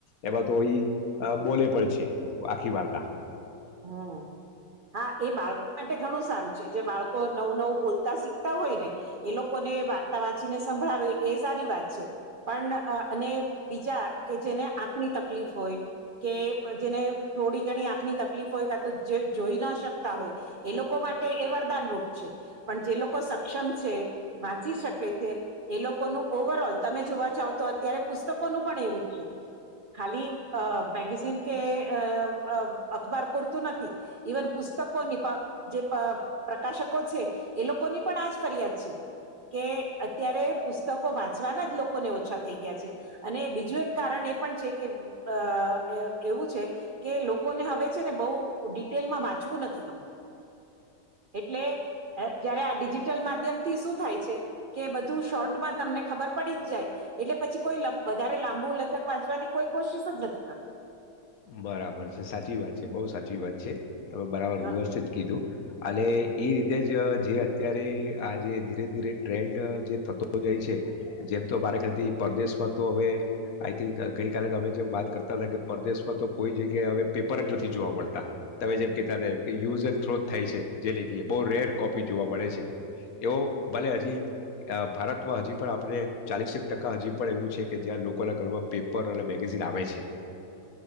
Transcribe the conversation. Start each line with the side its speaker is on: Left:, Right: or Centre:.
Left: એવા તો ઈ અ બોલે પણ છે. આખી વાર્તા
Right: હમ હા આ એ બાળક માટે ઘણું સારું છે જે બાળકો નવું નવું બોલતા શીખતા હોય ને એ લોકોને વાર્તા વાંચીને સંભળાવે એ સારી વાત છે પણ અ અને બીજા કે જેને આ ની તકલીફ હોય કે જેને થોડી ઘણી આંખની તકલીફ હોય કા તો જે જોઈ ના શકતા હોય એ લોકો માટે એ વરદાનરૂપ છે પણ જે લોકો સક્ષમ છે વાંચી શકે છે એ લોકોનું ઓવરોલ તમે જોવા જાવ તો અત્યારે પુસ્તકોનું પણ એવું જ છે ખાલી મેગેઝિન કે અ અખબાર પૂરતું નથી ઈવન પુસ્તકો ની પણ જે પ પ્રકાશકો છે. એ લોકોની પણ આજ ફરિયાદ છે કે અત્યારે પુસ્તકો વાંચવાના જ લોકોને ઓછા થઈ ગયા છે અને બીજું એક કારણ એ પણ છે કે અ એવું છે કે લોકોને હવે છે ને બહુ ડિટેલમાં વાંચવું નથી ગમતું એટલે જયારે આ ડિજિટલ માધ્યમ થી શું થાય છે કે બધું શોર્ટમાં તમને ખબર પડી જ જાય એટલે પછી કોઈ વધારે લાંબુ લથક વાંચવાની કોઈ કોશિશ જ નથી કરતુ.
Left: બરાબર છે સાચી વાત છે બહુ સાચી વાત છે. તમે બરાબર
Right: હા
Left: વ્યવસ્થિત કીધું. અને એ રીતે જ જે અત્યારે આ જે ધીરે ધીરે ટ્રેન્ડ જે થતો જાય છે જેમ તો મારે ખ્યાલથી પરદેશમાં તો હવે આઈથિંક ગઈકાલે અમે જેમ વાત કરતા હતા ને કે પરદેશ તો કોઈ જગ્યાએ હવે પેપર જ નથી જોવા મળતા તમે જેમ કહેતા હતા એ એમ પીયુઝલ થ્રો થાય છે. જે લેકીયે બઉ રેડ કોપી જોવા મળે છે એવો ભલે હજી ભારતમાં હજી પણ આપણે ચાલીસેક ટકા હજી પણ એવું છે કે જ્યાં લોકોના ઘરમાં પેપર અને મેગેઝિન આવે છે.